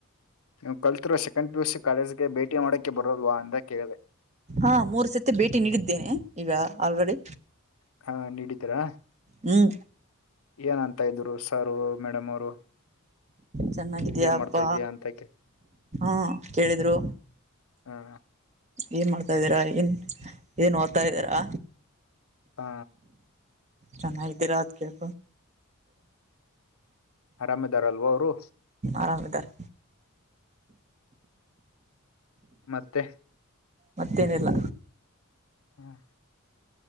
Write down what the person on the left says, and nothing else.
ನೀವು ಕಲ್ತಿರೋ ಸೆಕೆಂಡ್ ಪಿ ಯು ಸಿ ಕಾಲೇಜಿಗೆ ಭೇಟಿ ಮಾಡೋಕ್ಕೆ ಬರೋಲ್ವ ಅಂತ ಕೇಳಿದೆ.
ಹಾ ನೀಡಿದ್ದೀರಾ.
ಏನ್ ಅಂತ ಇದ್ರು ಸಾರು ಮೇಡಮ್ ಅವರು.
ಏನ್ ಮಾಡ್ತಾ ಇದೀಯಾ ಅಂತ ಕೆ
ಹ
ಹಾ
ಆರಾಮ್ ಇದಾರಲ್ವಾ ಅವರು
ಮತ್ತೆ
ಹ್ಮ್